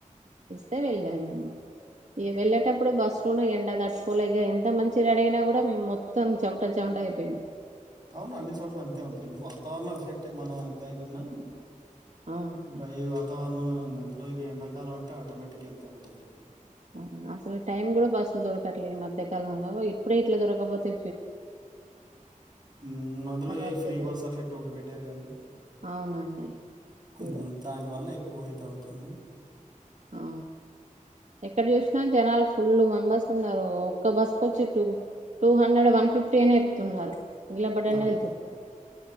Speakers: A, on the right; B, on the right.
A: టె వెళ్ళాము ఇగ వెళ్ళేటప్పుడు బస్సు లోన ఎండ తట్టుకోలేక ఎంత మంచి రెడీ అయినా కూడ మేము మొత్తం చెమట చెమట అయిపోయినా
B: అవును అన్ని చోట్ల అంతే ఉంది లేండి వాతావరణం ఎఫెక్టే మనం అంత ఇది ఉన్నా
A: అవునండి
B: భై వాతావరణ అండ్ అందులో ఇవి ఎండాకాలం అంటే ఆటోమేటిగ్గ అంతె ఉంటదిలేండి
A: అవును అస్సలు టైం గూడ బస్లు దొరక్ కట్లేదు మధ్య కాలంలో ఇప్పుడే ఇట్ల దొర కపోతే
B: ఉం అందులో
A: తర్వాత
B: ఈ ఫ్రీ
A: తెలియదు
B: బస్ ఎఫెక్ట్ ఒకటి పెట్టారు కదండి
A: అవునండి
B: ఉం
A: ఇవ
B: దానివల్ల ఎక్ పోయిత అవుతుంది.
A: ఆ ఎక్కడ చూసినా జనాలు ఫుల్ మెంబర్స్ ఉన్నారు. ఒక్క బస్కొచ్చి two two hundred one fifty అన్యా ఎక్తున్నారు. నిలబడి అన్న
B: అవును.
A: వెళ్తున్నారు